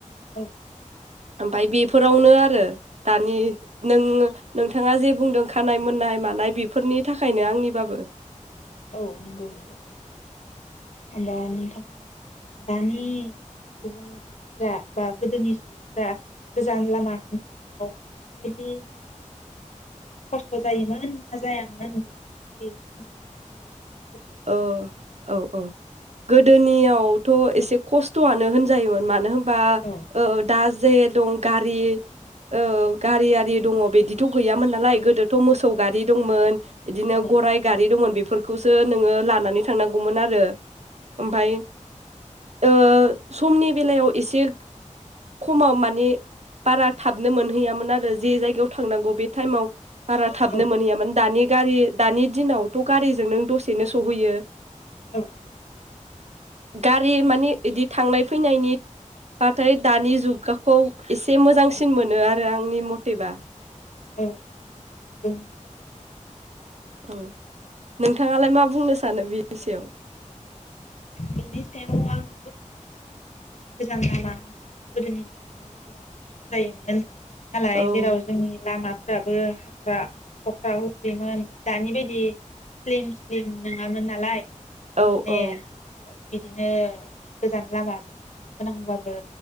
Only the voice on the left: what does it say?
औ
औ नंगौ नंगौ होमबा नोंथाङा दानि सुबुंफोरा बा गोदोनि सुबुंफोरा गोजान लामा हान्थिनायाव माबायदि खस्थ' जायोमोन ना जायामोन बेफोर बादि <unintelligible> <unintelligible>
औ
औ
औ
औ
औ औ
औ
औ औ नंगौ सैथो
बेनि सायाव आंबो बेखौनो बुंनो सानो गोजान लामा हान्थिनायाव गोदोनि दिनावहाय गोबां खस्थ' जायोमोन मालाय
जेराव जोंनि लामा फोराबो हाग्रा हख्रा हुख्रिमोन दानि बायदि स्लिम स्लिम नोङामोन नालाय
माने
बिदिनो गोजान लामाजों थांनो गोनांबाबो